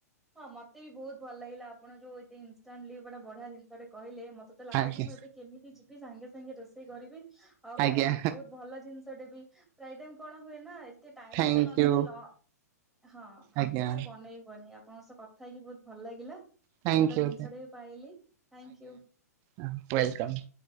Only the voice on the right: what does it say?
ଆଜ୍ଞା
ଆଜ୍ଞା
ଥ୍ୟାଙ୍କୟୁ
ଆଜ୍ଞା
ଥ୍ୟାଙ୍କୟୁ
ହଁ ୱେଲକମ୍।